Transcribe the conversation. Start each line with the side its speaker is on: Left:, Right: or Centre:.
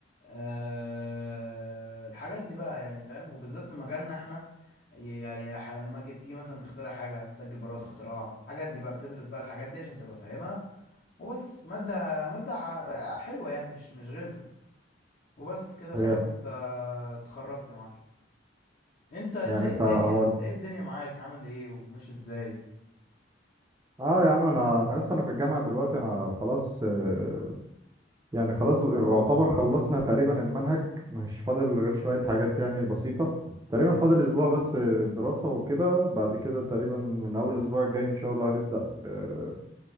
Left: أه الحاجات دي بقى يعني فاهم وبالذات في مجالنا احنا يعني ح- لما كي- تيجي مثلا تخترع حاجة تسجل براءة اختراع الحاجات دي بقى بتدرس بقى الحاجات دي عشان تبقى فاهمها وبس مادة مادة ح- حلوة يعني مش مش غلسة وبس كده خلاص
Right: هي
Left: انت اتخرجت يا معلم انت انت
Right: يعني
Left: ايه
Right: انت
Left: الدنيا
Right: هو انت-
Left: انت ايه الدنيا معاك عامل ايه وماشي ازاي
Right: اه يا عم انا انا لسه انا في الجامعة دلوقتي انا خلاص آه، يعني خلاص يعتبر خلصنا تقريبا المنهج مش فاضل غير شوية حاجات يعني بسيطة تقريبا فاضل اسبوع بس دراسة وكده بعد كده تقريبا من اول اسبوع الجاي ان شاء الله هنبدأ آه،